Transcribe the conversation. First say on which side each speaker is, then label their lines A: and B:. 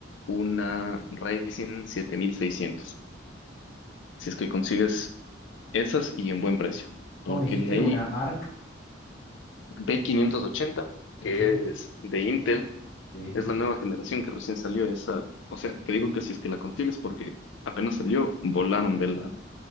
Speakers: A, on the left; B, on the left.
A: una Ryzen 7600, si es que consigues esas y en buen precio,
B: ¿Cómo
A: porque
B: me dijiste?
A: de ahí
B: Una ARC.
A: B580, que
B: ujú,
A: es de Intel,
B: Sí,
A: es la nueva generación que recién salió esa, o sea, te digo que si es que la consigues porque apenas salió, volaron de la,